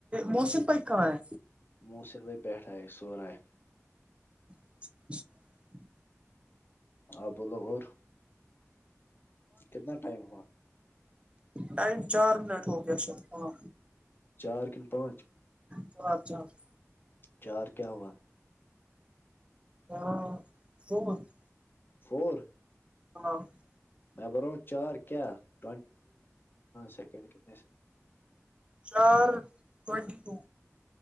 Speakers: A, on the right (about 20°); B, on the left (about 40°).
A: موسن بائی کہاں ہے
B: محسن بائی بیٹھا ہے سورہا ہے
A: <unintelligible> <inaudible>
B: ہپ بولو اور <unintelligible> کتنا ٹائم ہوا
A: ٹائم چار منٹ ہو گیا سر ہونا
B: چار کن پانچ
A: چ اچھاچ <unintelligible>
B: چار کیا ہوا
A: ہاں س <unintelligible>
B: فور
A: ہاں <unintelligible> <inaudible>
B: میں بروں چار کیا ٹ سیکڈ <unintelligible>
A: چار ٹینٹی ٹو